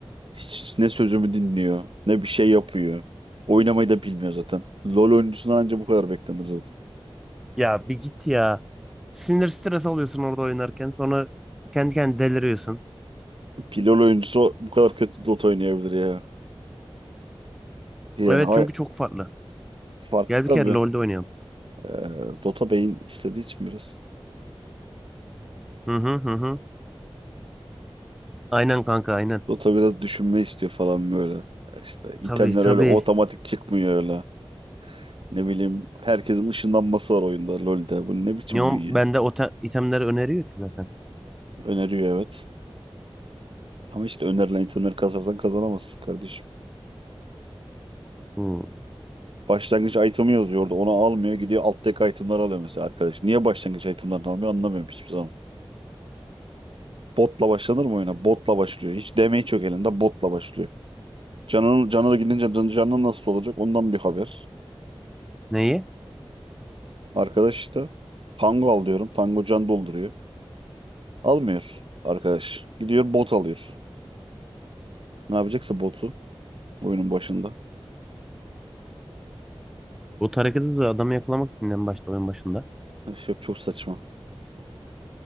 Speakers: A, on the right; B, in the centre.
A: Hiç ne sözümü dinliyor, ne bir şey yapıyor. Oynamayı da bilmiyor zaten. LoL oyuncusundan anca bu kadar beklenir zaten.
B: Ya bir git ya. Sinir stres alıyorsun orada oynarken. Sonra kendi kendine deliriyorsun.
A: Bir LoL oyuncusu bu kadar kötü Dota oynayabilir ya. Yani
B: Evet
A: hay-
B: çünkü çok farklı.
A: farklı
B: Gel bir
A: tabii.
B: kere LoL'de oynayalım.
A: Ee, Dota beyin istediği için biraz.
B: Hı hı hı hı. Aynen kanka aynen.
A: Dota biraz düşünme istiyor falan böyle. Ya İşte itemler
B: Tabii tabii.
A: öyle otomatik çıkmıyor öyle. Ne bileyim herkesin ışınlanması var oyunda LoL'de. Bu ne biçim
B: Neon
A: oyun ya?
B: bende o ta- itemleri öneriyor ki zaten.
A: Öneriyor evet. Ama işte önerilen itemleri kasarsan kazanamazsın kardeşim.
B: Hı.
A: Başlangıç itemi yazıyordu. Onu almıyor gidiyor alt deck itemler alıyor mesela arkadaş. Niye başlangıç itemlerini almıyor anlamıyorum hiçbir zaman. Botla başlanır mı oyuna? Botla başlıyor. Hiç damage yok elinde botla başlıyor. Canın, canına gidince can, canın nasıl olacak ondan bir haber.
B: Neyi?
A: Arkadaş işte Tango al diyorum. Tango can dolduruyor. Almıyor arkadaş. Gidiyor bot alıyor. Ne yapacaksa botu oyunun başında.
B: O hareketi hızı adamı yakalamak için en başta oyun başında.
A: Üf, Yok çok saçma.